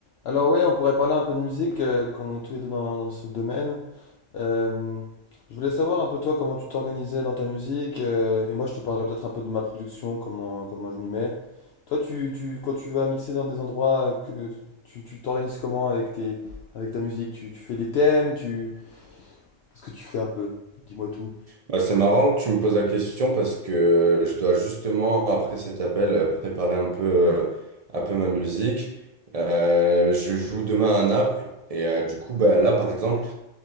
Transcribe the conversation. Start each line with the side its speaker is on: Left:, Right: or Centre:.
Left: Alors oui, on pourrait parler un peu de musique, euh, quand est tous les deux dans, dans ce domaine. Euh, je voulais savoir un peu toi comment tu t'organisais dans ta musique, euh, et moi je te parlerai peut-être un peu de ma production, comment, comment je m'y mets. Toi, tu, tu, quand tu vas mixer dans des endroits, euh, que tu tu t'organises comment avec tes, avec ta musique? Tu, tu fais des thèmes, tu, qu'est-ce que tu fais un peu? Dis-moi tout.
Right: Bah, c'est marrant que tu me poses la question parce que je dois justement, après cet appel, euh, préparer un peu, euh, un peu ma musique. Euh, je joue demain à Naples et euh, du coup, bah, là, par exemple,